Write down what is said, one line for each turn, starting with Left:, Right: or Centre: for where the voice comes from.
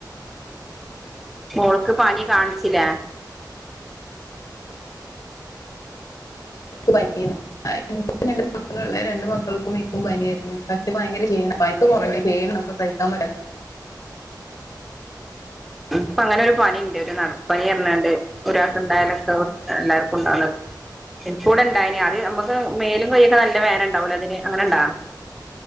Centre: മോൾക്ക് പനി കാണിച്ചിലേ
Left: പനിയാ രണ്ട് മക്കൾ ഇണ്ട് രണ്ട് മക്കൾക്കും ഇൻക്കും പനിയാ. പക്ഷെ ഭയങ്കര ക്ഷീണാ പനിക്ക് കൊറവ്ണ്ട് പ്പ കഴിക്കാൻ മാ
Centre: ആഹ അങ്ങനെ ഒരു പനിയുണ്ട് ഒരു നടപ്പനി പറഞ്ഞാണ്ട് ഒരാൾക്ക് ഉണ്ടായാലൊക്കെ എല്ലാവർക്കുംണ്ടാണത് <unintelligible> അയ്ന് നമുക്ക് മേലും കയിയൊക്കെ നല്ല വേദന ഉണ്ടാവലോ അതിന് അങ്ങനെണ്ടാ